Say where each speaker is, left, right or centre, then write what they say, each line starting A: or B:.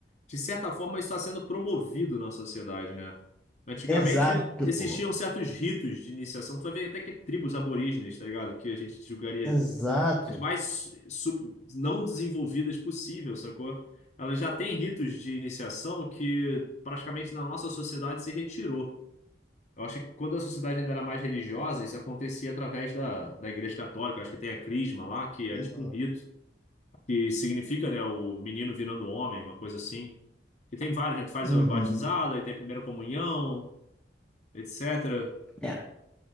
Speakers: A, on the left (about 40°); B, in the centre.
A: de certa forma, isso está sendo promovido na sociedade, né? Antigamente
B: exato,
A: existiam
B: pô.
A: certos ritos de iniciação. Tu vai ver até que tribos aborígenes, tá ligado? Que a gente julgaria
B: Exato.
A: as mais sub- não desenvolvidas possível, sacou? Ela já tem ritos de iniciação que praticamente na nossa sociedade se retirou. Eu acho que quando a sociedade ainda era mais religiosa, isso acontecia através da, da Igreja Católica. Eu acho que tem a crisma lá, que é
B: Uhum.
A: tipo um rito, que significa, né, o menino virando homem, uma coisa assim. E tem vários, né? Tu faz
B: Uhum.
A: a batizada, aí tem a primeira comunhão, etc.
B: É,